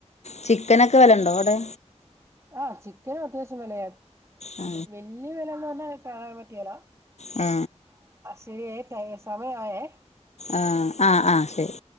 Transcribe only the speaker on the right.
ആഹ ചിക്കനും അത്യാവശ്യം വിലയ
വലിയ വിലന്ന് പറഞ്ഞാ പറയാൻ പറ്റിയല
ശരിയ സമയായേ